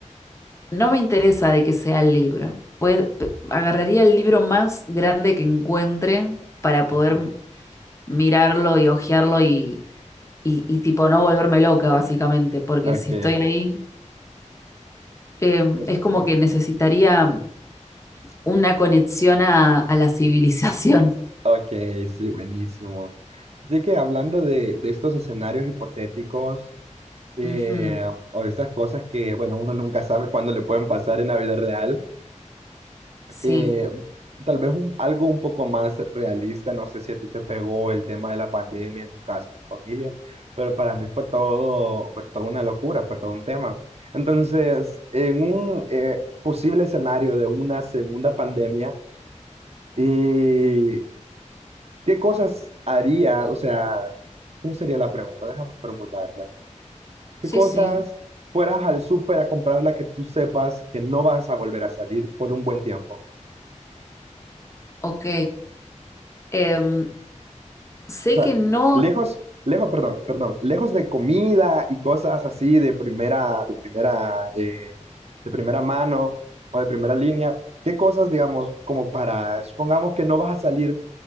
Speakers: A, on the left; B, on the right.
A: no me interesa de que sea el libro. Pues p- agarraría el libro más grande que encuentre para poder
B: Ok,
A: mirarlo y hojearlo y, y- y tipo no volverme loca básicamente, porque
B: ok.
A: si estoy ahí eh,
B: Me-
A: es como
B: me-
A: que necesitaría una conexión a, a la civilización.
B: Ok, sí, buenísimo. Así que hablando de, de estos escenarios hipotéticos eh,
A: Ujú,
B: o de estas cosas que, bueno, uno nunca sabe cuándo le pueden pasar en la vida real,
A: Sí,
B: eh, tal vez un- algo un poco más realista, no sé si a ti te pegó el tema de la pandemia en tu casa, en tu familia, pero para mí fue todo, fue toda una locura, fue todo un tema. Entonces, en un eh, posible escenario de una segunda pandemia, eh, ¿qué cosas haría? O sea, ¿cómo sería la pregunta? Déjame formularla. ¿Qué
A: sí,
B: cosas
A: sí.
B: fueras al súper a comprarla que tú sepas que no vas a volver a salir por un buen tiempo?
A: Ok. Em, sé
B: O sea,
A: que no,
B: lejos, lejos, perdón, perdón, lejos de comida y cosas así de primera, de primera, eh, de primera mano o de primera línea, ¿qué cosas, digamos, como para, supongamos que no vas a salir